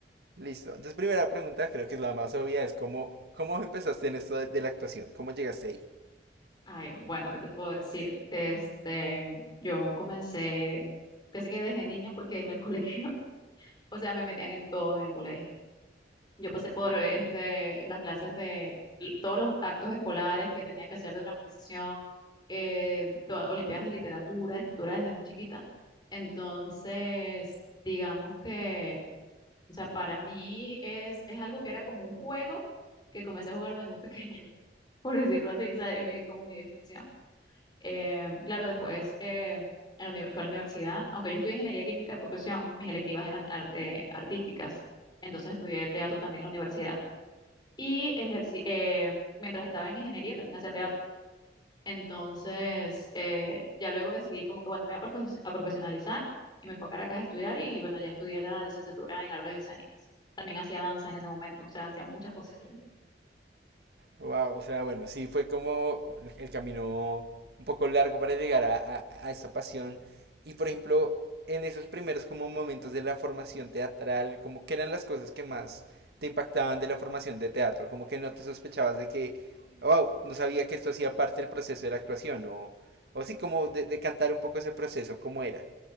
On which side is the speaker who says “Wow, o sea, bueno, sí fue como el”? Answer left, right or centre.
Right